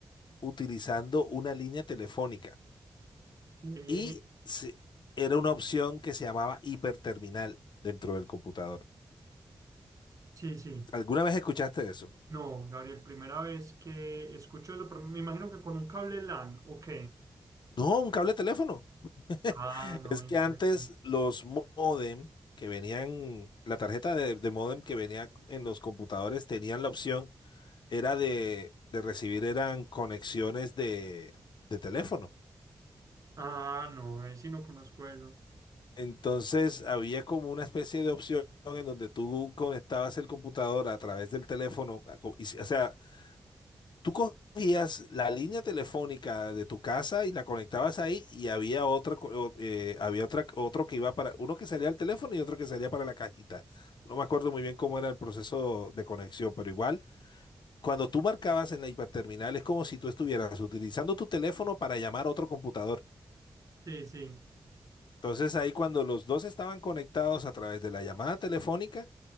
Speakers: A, on the left; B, on the right.
A: utilizando una línea telefónica.
B: Eh,
A: Y se- era una opción que se llamaba hiperterminal dentro del computador.
B: sí, sí.
A: ¿Alguna vez escuchaste eso?
B: No, Gabriel, primera vez que escucho eso, pero me imagino que con un cable LAN, ok.
A: No, un cable de teléfono. <laughs>
B: Ah, no,
A: Es
B: increíble.
A: que antes los modem que venían, la tarjeta de, de modem que venía en los computadores tenían la opción, era de, de recibir, eran conexiones de, de teléfono.
B: Ah, no, ahí sí no conozco eso.
A: Entonces había como una especie de opción en donde tú conectabas el computador a través del teléfono, a co- y s- o sea, Tú cogías la línea telefónica de tu casa y la conectabas ahí y había otra, co- o- eh, había otra, otro que iba para, uno que salía al teléfono y otro que salía para la cajita. No me acuerdo muy bien cómo era el proceso de conexión, pero igual, cuando tú marcabas en la hiperterminal es como si tú estuvieras utilizando tu teléfono para llamar a otro computador.
B: Sí, sí.
A: Entonces ahí cuando los dos estaban conectados a través de la llamada telefónica,